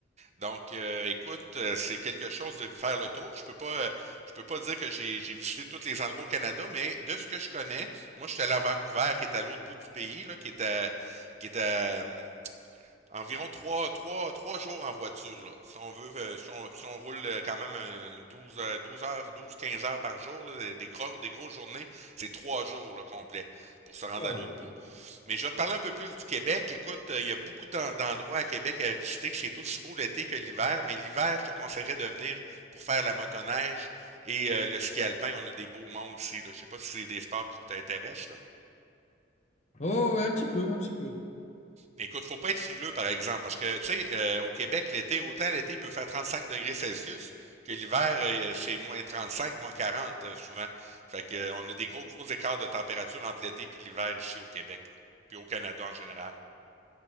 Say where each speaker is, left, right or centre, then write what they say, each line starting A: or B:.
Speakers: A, on the right (about 35°); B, on the left (about 40°).
A: Donc, euh, écoute, euh, c'est quelque chose de faire le tour. Je peux pas, euh, je peux pas dire que j'ai, j'ai visité tous les endroits au Canada, mais de ce que je connais, moi, je suis allé à Vancouver, qui est à l'autre bout du pays, là, qui est à, qui est à, euh, environ trois, trois, trois jours en voiture, là. Si on veut, euh, si, on, si on roule euh, quand même euh, 12 euh, 12 heures, 12, 15 heures par jour, là, des, des gros, des grosses journées, c'est trois jours, là, complet pour se rendre
B: Wow.
A: à l'autre bout. Mais je vais te parler un peu plus du Québec. Écoute, euh, il y a beaucoup d'en- d'endroits à Québec à visiter, que c'est aussi beau l'été que l'hiver, mais l'hiver, je te conseillerais de venir pour faire la motoneige et euh, le ski alpin. On a des beaux monts ici, là. Je sais pas si c'est des sports qui t'intéressent, là.
B: Oh, ouais, un petit peu, un petit peu.
A: Écoute, faut pas être frileux, par exemple, parce que, tu sais, euh, au Québec, l'été, autant l'été peut faire 35 degrés Celsius que l'hiver, euh, c'est moins 35, moins 40, euh, souvent. Fait que, euh, on a des gros, gros écarts de température entre l'été puis l'hiver ici au Québec, là, puis au Canada en général.